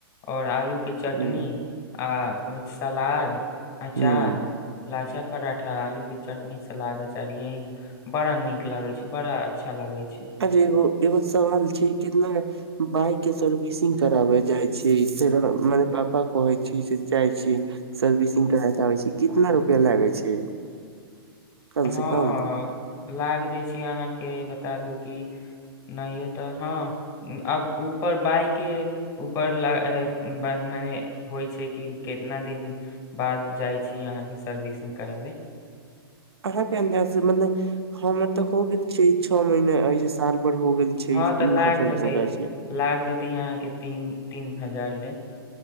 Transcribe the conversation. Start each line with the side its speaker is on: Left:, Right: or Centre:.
Left: और आलू के चटनी
Right: हुं
Left: आ सलाद अचार
Right: हुं
Left: लच्छा पराठा आलू की चटनी सलाद अचार यहीं बड़ा नीक लागै छै बड़ा अच्छा लागय छै
Right: अरे एगो एगो सवाल छय कितना बाइक के सर्विसिंग कराबे जाइ छियइ फेर हम मने पापा कहै छै से जाइ छियै सर्विसिंग कराबैत आबै छी कितना रुपया लागय छै कम
Left: हँ
Right: से कम
Left: लाग जाइ छय अहाँके बता दू कि नहियो तऽ हँ अब ऊपर बाइक के ऊपर लाग बात मने होइ छय कि कितना दिन बाद जाइ छी अहाँके सर्विसिंग कराबे
Right: अहां के अंजाद से मने हमर तऽ हो गेल छै छौ महीना ऐसे साल भर हो गेल छै
Left: हँ तऽ लाग
Right: ना सर्विसिंग
Left: जेतै
Right: कराबइ छी
Left: लाग जेतै अहाँके तीन तीन हजार ले